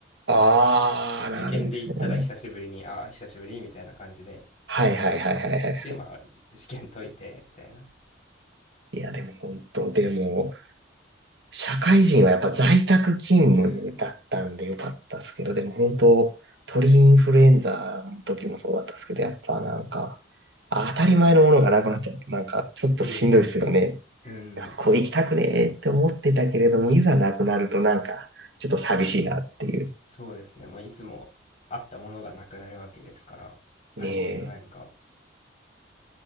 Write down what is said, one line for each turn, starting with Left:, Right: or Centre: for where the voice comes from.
Right: ああ、
Left: 受験で行ったら久しぶりに、
Right: なるほど。
Left: ああ、久しぶりみたいな感じで。
Right: はいはいはいはいはい。
Left: で、まあ、試験解いて、みたいな。
Right: いや、でも本当、でも、社会人はやっぱ在宅勤務だったんでよかったですけど、
Left: うん。
Right: でも本当、鳥インフルエンザの時もそうだったんですけど、やっぱなんか、あ当たり前のものがなくなっちゃうと、なんかちょっとしんどいですよね。
Left: そうですよね。うん。
Right: 学校行きたくねーって思ってたけれども、いざなくなるとなんか、ちょっと寂しいなっていう。
Left: そうですね。まあ、いつもあったものがなくなるわけですから、ある程度何か、
Right: ね